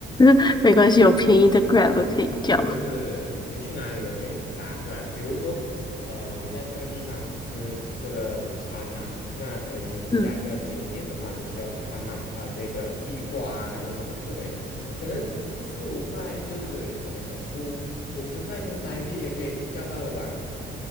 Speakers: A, on the left (about 20°); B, on the left (about 70°).
A: <laughs> 没关系，有便宜的 Grab 可以叫。
B: 是是，你去哪里都可以搭过来。比如说，呃，你在这个地方吃吃了午餐嘛，那可能你下一个景点的话，
A: 嗯
B: 你需要去看漫啊、这个壁画啊，还是什么之类的，可能四五块就是怎么说，五五十块新台币也可以叫到了吧？